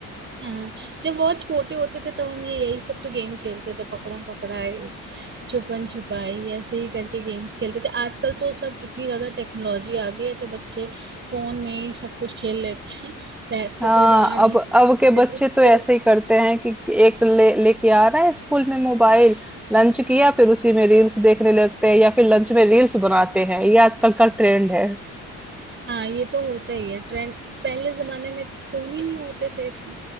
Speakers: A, on the right (about 40°); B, in the centre.
A: हाँ जब बहुत छोटे होते थे तब हम ये यही सब तो गेम खेलते थे पकड़म पकड़ाई छुपन छुपाई ऐसे ही करके गेम्स खेलते थे आजकल तो सब इतनी ज्यादा टेक्नोलॉजी आ गई है तो बच्चे फोन में ही सब कुछ खेल लेते हैं <laughs> पैर तो
B: हाँ
A: कोई बाहर नहीं
B: अब
A: जाते
B: अब के बच्चे
A: तो sports-
B: तो ऐसे ही करते हैं कि एक ले लेके आ रहा है स्कूल में मोबाइल लंच किया फिर उसी में रील्स देखने लगते हैं या फिर लंच में रील्स बनाते हैं ये आजकल का ट्रेंड है
A: हाँ ये तो होता ही है ट्रेंड पहले जमाने में फोन ही नहीं होते थे इतने